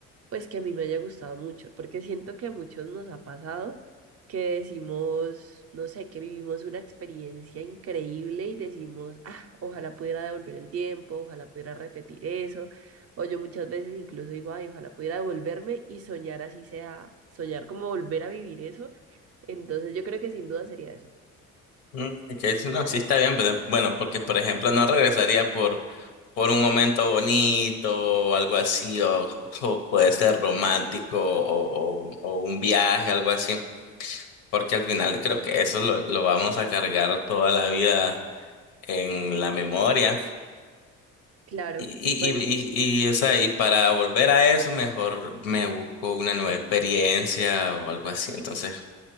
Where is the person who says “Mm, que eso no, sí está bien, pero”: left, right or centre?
Left